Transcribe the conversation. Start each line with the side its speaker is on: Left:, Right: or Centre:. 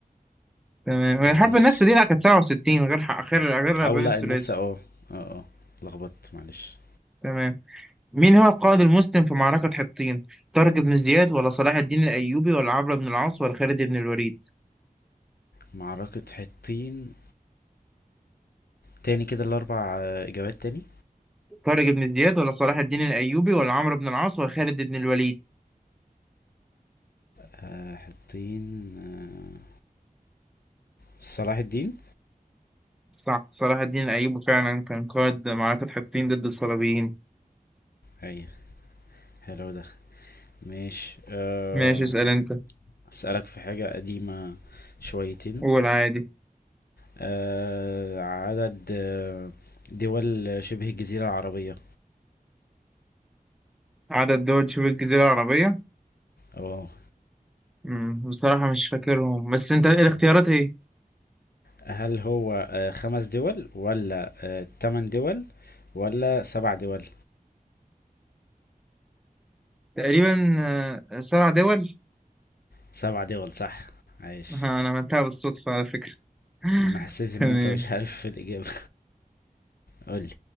Centre: تمام الحرب
Left: ماشي
Centre: النكسة دي لا كانت 67 غير ح- غير غير الألوان
Left: او لا
Centre: الثلاثي
Left: النكسة اه اه اه لخبطت معلش
Centre: تمام مين هو القائد المسلم في معركة حطين طارق بن زياد ولا صلاح الدين الأيوبي ولا عمرو بن العاص ولا خالد بن الوليد
Left: معركة حطين تاني كده الاربع آه، اجابات تاني
Centre: طارق بن زياد ولا صلاح الدين الأيوبي ولا عمرو بن العاص ولا خالد بن الوليد
Left: آه حاطين آه صلاح الدين
Centre: صح صلاح الدين الأيوبي فعلا كان قائد معركة حطين ضد الصليبيين
Left: ايوه حلو ده ماشي آه
Centre: ماشي اسأل أنت
Left: اسألك في حاجة قديمة شويتين
Centre: قول عادي
Left: آه عدد آه دول شبه الجزيرة العربية
Centre: عدد دول شبه الجزيرة العربية
Left: اه
Centre: مم، بصراحة مش فاكرهم بس انت الاختيارات ايه؟
Left: هل هو آه خمس دول ولا آه تمن دول ولا سبع دول
Centre: تقريبا آه، سبع دول <laughs>
Left: سبع دول صح عايش
Centre: آه، انا عملتها بالصدفة على فكرة <laughs>
Left: انا حسيت
Centre: تمام
Left: ان انت مش عارف في الإجابة <laughs> قولي